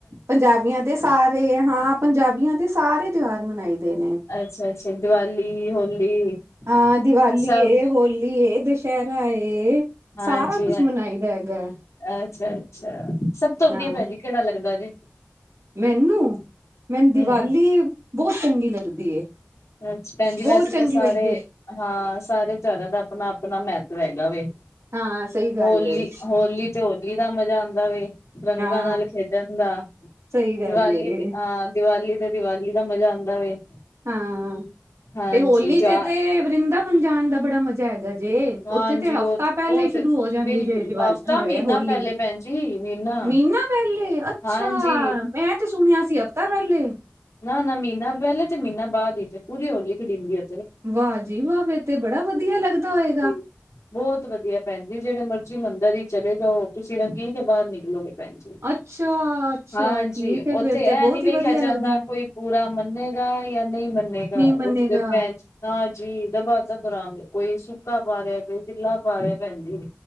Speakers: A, on the right; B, on the left.
A: ਪੰਜਾਬੀਆਂ ਦੇ ਸਾਰੇ, ਹਾਂ ਪੰਜਾਬੀਆਂ ਦੇ ਸਾਰੇ ਤਿਉਹਾਰ ਮਨਾਈ ਦੇ ਨੇ।
B: ਅੱਛਾ-ਅੱਛਾ, ਦੀਵਾਲੀ, ਹੋਲੀ
A: ਹਾਂ, ਦੀਵਾਲੀ
B: ਸਭ
A: ਏ, ਹੋਲੀ ਏ ਦਸ਼ਐਰਾ ਏ।
B: ਹਾਂਜੀ‌।
A: ਕੁੱਛ ਮਨਾਈ ਦਾ ਹੈਗੈ।
B: ਅੱਛਾ, ਅੱਛਾ ਸਬ ਤੋਂ ਵਦੀਆ
A: ਹਾਂ
B: ਭੈਨ ਜੀ ਕੇੜਾ ਲੱਗਦਾ ਜੇ?
A: ਮੈਨੂੰ, ਮੈਨ ਦੀਵਾਲੀ
B: ਹੂੰ
A: ਬੋਤ ਚੰਗੀ ਲੱਗਦੀ ਏ।
B: ਅੱਛ, ਭੈਨ ਜੀ
A: ਬਹੁਤ
B: ਵੈਸੇ
A: ਚੰਗੀ
B: ਤਾਂ ਸਾਰੇ,
A: ਲੱਗਦੀ
B: ਹਾਂ ਸਾਰੇ ਤੇਓਰਾਂ ਦਾ ਅਪਨਾ-ਅਪਨਾ ਮਹੱਤਵ ਹੈਗਾ ਵੇ।
A: ਹਾਂ ਸਹੀ ਗੱਲ
B: ਹੋਲੀ-ਹੋਲੀ
A: ਏ
B: ਤੇ ਹੋਲੀ ਦਾ ਮਜਾ ਆਂਦਾ ਵੇ ਰੰਗਾਂ
A: ਹਾਂ
B: ਨਾਲ ਖੇਡਨ ਦਾ,
A: ਸਹੀ ਗੱਲ
B: ਦਿਵਾਲੀ
A: ਏ
B: ਤੇ, ਆਂ ਦੀਵਾਲੀ ਤੇ ਦੀਵਾਲੀ ਦਾ ਮਜਾ ਆਂਦਾ ਵੇ।
A: ਹਾਂ।
B: ਹਾਂਜੀ
A: ਤੇ ਹੋਲੀ
B: ਤਿਉਹਾਰ
A: ਤੇ-ਤੇ ਵਰਿੰਦਾਵਨ ਜਾਨ ਦਾ ਬੜਾ ਮਜਾ ਹੈਗਾ ਜੇ,
B: ਹਾਂਜੀ
A: ਓਥੇ ਤੇ ਹਫ਼ਤਾ
B: ਉਹ
A: ਪੈਲੇ
B: ਉਹ
A: ਸ਼ੁਰੂ
B: ਤੇ
A: ਹੋ ਜਾਂਦੀ
B: ਬਿਲਕੁਲ
A: ਜੇ ਦੀਵਾਲੀ
B: ਹਫ਼ਤਾ
A: ਹਏ
B: ਮਹੀਨਾ
A: ਹੋਲੀ,
B: ਪਹਿਲੇ ਭੈਣ ਜੀ ਮਹੀਨਾ
A: ਮ੍ਹੀਨਾ ਪੈਲੇ ਅ
B: ਹਾਂਜੀ
A: ਛਾ, ਮੈਂ ਤੇ ਸੁਣੇਆ ਸੀ ਹਫਤਾ ਪ੍ਹੈਲੇ।
B: ਨਾ-ਨਾ ਮ੍ਹੀਨਾ ਪ੍ਹੈਲੇ ਤੇ ਮ੍ਹੀਨਾ ਬਾਦ ਵਿੱਚ ਪੂਰੀ ਹੋਲੀ ਖੇਡੀਂਦੀ ਓ
A: ਵਾਹ ਜੀ ਵਾਹ ਫੇਰ ਤੇ ਬੜਾ ਵਧੀਆ ਲੱਗਦਾ ਹੋਏਗਾ।
B: <inaudible> ਬੋਤ ਵਦੀਆ ਭੈਨ ਜੀ ਜੇੜੇ ਮਰਜੀ ਮੰਦਰ ਈ ਚਲੇ ਜਾਓ, ਤੂਸੀ ਰੰਗੀ ਕੇ ਬਾਰ ਨਿਕਲੋਗੇ। ਭੈਣ ਜੀ,
A: ਅੱਛਾ, ਅੱਛਾ
B: ਹਾਂਜੀ।
A: ਠੀਕ ਹੈ ਫੇਰ
B: ਉੱਥੇ
A: ਤੇ
B: ਐਹ
A: ਬਹੁਤ
B: ਨੀ ਵੇਖਿਆ
A: ਹੀ ਵਧੀਆ ਲੱਗਦਾ
B: ਜਾਂਦਾ
A: ਹੈ।
B: ਪੂਰਾ ਮੰਨੇਗਾ ਜਾਂ ਨਹੀ ਮੰਨੇਗਾ।
A: ਨਹੀਂ ਮੰਨੇਗਾ
B: ਉਥੇ ਤੇ ਭੈ ਹਾਂਜੀ, ਦਬਾ-ਦਬ ਰੰਗ। ਕੋਈ ਸੁੱਕਾ ਪਾ ਰਿਹਾ, ਕੋਈ ਗਿੱਲਾ ਪਾ ਰਿਹਾ, ਭੈਣ ਜੀ।